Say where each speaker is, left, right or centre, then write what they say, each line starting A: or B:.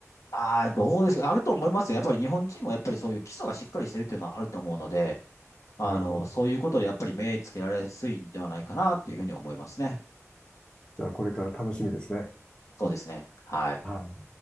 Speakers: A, on the left; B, on the left.
A: ああ、どうですかあると思いますよ。やっぱり日本人もやっぱりそういう基礎がしっかりしてるっていうのはあると思うので、あの、
B: なるほど。
A: そういうことでやっぱり目つけられやすいんではないかなっていうふうに思いますね。
B: じゃあこれから楽しみですね。
A: そうですね。はい。
B: はい。